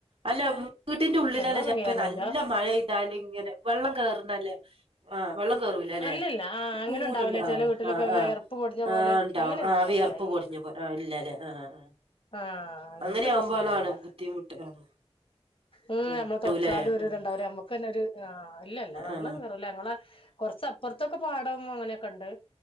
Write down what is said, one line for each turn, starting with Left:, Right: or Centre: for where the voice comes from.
Right: അല്ല വീട്ടിന്റെ ഉള്ളിലാന്ന്
Left: വെള്ളൊന്നും
Right: ചിലപ്പോ
Left: കേറൂല
Right: നല്ല മഴെ എന്താലി ഇങ്ങനെ വെള്ളം കേറുന്നല്ലേ ആ വെള്ളം കേറൂല്ല ല്ലേ
Left: അല്ലല്ല ആ അങ്ങനെ
Right: പൂലുണ്ട്
Left: ഉണ്ടാവില്ല
Right: ആ
Left: ചില വീട്ടിലൊക്കെ
Right: ആ്
Left: വിയർപ്പ്
Right: ആഹ്
Left: പൊടിഞ്ഞ
Right: ആ്
Left: പോലെ
Right: ഉണ്ടാവും
Left: അങ്ങനെയൊന്നുംല്ല
Right: ആ് വിയർപ്പ്
Left: ഇല്ല ഇല്ല
Right: പൊടിഞ്ഞ പോ ആഹ് ഇല്ലല്ലേ ആഹ് ആഹ് ആഹ്
Left: ആഹ് അങ്ങനത്തെ
Right: അങ്ങനെ ആവുമ്പോളാണ്
Left: പ്രശ്നൊന്നുല്ല
Right: ബുദ്ധിമുട്ട് ആഹ്
Left: ഉം
Right: ആഹ്
Left: നമ്മള്
Right: ട്ടൂലേ
Left: തൊടച്ചാലും ഒരു
Right: ആഹ്
Left: ഇത് ഉണ്ടാവുല കന ഒരു ആഹ് ഇല്ലല്ല വെള്ളം
Right: ആഹ്
Left: കേറുല്ല ഞങ്ങളെ കൊറച്ച് പൊറത്തൊക്കെ പാടവും അങ്ങനെയൊക്കെണ്ട്